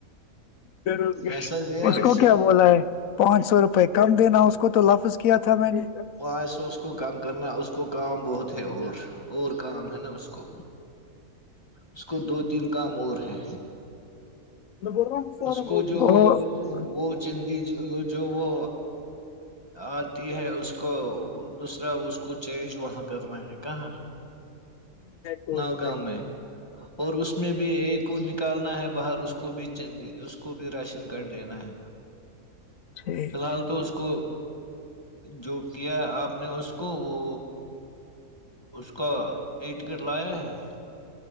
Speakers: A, on the left; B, on the left.
A: ض
B: پیسہ لیا ہے
A: اس کو
B: سے
A: کیا بولا ہے پانچ سو روپئے کم دینا اس کو تو لفظ کیا تھا میں نے
B: خواہشوں اس کو کام کرنا اس کو کام بہت اور اور کام ہے نا اس کو اس کو دو تین کام اور ہے
A: میں بول رہا ہوں فارم
B: اس کو
A: او
B: جو وہ
A: ہوں
B: وہ چندی جو وہ آتی ہے اس دوسرا اس کو چینج وہاں کر رہے ہیں کہاں
A: اوتھ
B: نؤ گاؤں میں اور اس اس میں بھی ایک کو نکالنا ہے باہر اس کو اس کو بھی چ اس کو بھی راشن کارڈ دینا ہے
A: ٹھیک
B: فی الحال تو اس کو جو کیا آپ نے اس کو وہ اس کا ایک ٹکٹ لایا ہے